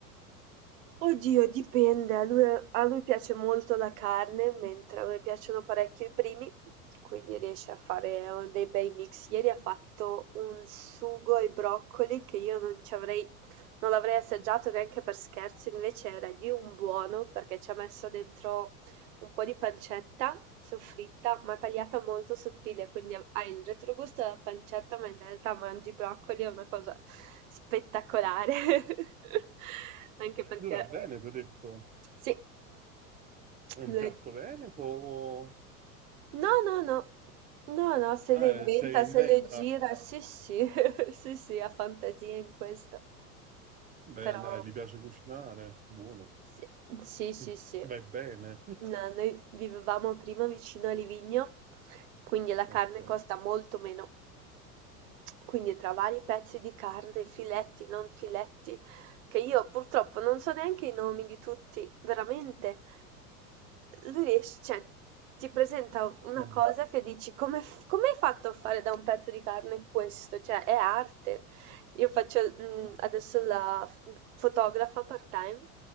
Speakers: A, on the right; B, on the right.
A: Oddio, dipende. A lui, a lui piace molto la carne, mentre a me piacciono parecchio i primi, quindi riesce a fare oh, dei bei mix. Ieri ha fatto un sugo ai broccoli che io non ci avrei, non l'avrei assaggiato neanche per scherzo, invece era lì un buono perché ci ha messo dentro un po' di pancetta, soffritta, ma tagliata molto sottile, quindi ha hai il retrogusto della pancetta, ma in realtà mangi broccoli, è una cosa spettacolare. <laughs> Anche perché
B: Dov'è Veneto, hai detto?
A: sì,
B: È un
A: lo
B: piatto
A: è
B: veneto? o-
A: No, no, no. No, no, se
B: Ah,
A: le inventa,
B: eh, sei in venta?
A: se le gira, sì, sì, <laughs> sì, sì, ha fantasia in questo.
B: Beh,
A: Però,
B: dai, gli piace cucinare. Buono.
A: sì, sì,
B: <laughs>
A: sì. sì.
B: Vai bene.
A: No, noi vivevamo prima vicino a Livigno, quindi la carne
B: Ok.
A: costa molto meno. Quindi tra vari pezzi di carne, filetti, non filetti, che io purtroppo non so neanche i nomi di tutti, veramente. Lui riesce, cioè, ti presenta una
B: Vabbè.
A: cosa che dici come, f- come hai fatto a fare da un pezzo di carne questo? Cioè, è arte. Io faccio mm, adesso la f- fotografa part-time